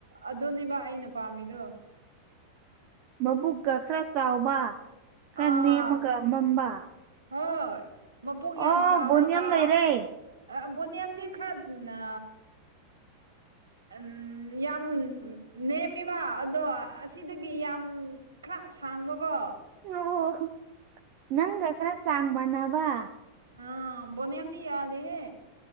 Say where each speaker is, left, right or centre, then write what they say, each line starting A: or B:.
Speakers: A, on the right; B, on the right.
A: ꯑꯗꯨꯅꯦꯕ ꯑꯩꯅ ꯄꯥꯝꯃꯤꯗꯣ꯫
B: ꯃꯕꯨꯛꯀ ꯈꯔ ꯆꯥꯎꯕ, ꯈꯔ
A: ꯑꯥ
B: ꯅꯦꯝꯃꯒ ꯃꯝꯕ꯫
A: ꯍꯣꯏ ꯃꯕꯨꯛ ꯌꯥꯝ
B: ꯑꯣ
A: ꯆꯥꯎꯔꯒ,
B: ꯕꯣꯅꯤꯌꯝ ꯂꯩꯔꯦ
A: ꯑ ꯕꯣꯅꯤꯌꯝꯗꯤ ꯈꯔ ꯅ ꯑꯟ ꯌꯥꯝ ꯅꯦꯝꯃꯦꯕ ꯑꯗꯣ ꯑꯁꯤꯗꯒꯤ ꯌꯥꯝ, ꯈꯔ ꯁꯥꯡꯕꯒꯣ꯫
B: ꯑꯣ ꯅꯪꯒ ꯈꯔ ꯆꯥꯡ ꯃꯥꯟꯅꯕ꯫
A: ꯑꯥ ꯕꯣꯅꯤꯌꯝꯗꯤ ꯌꯥꯗꯦꯍꯦ꯫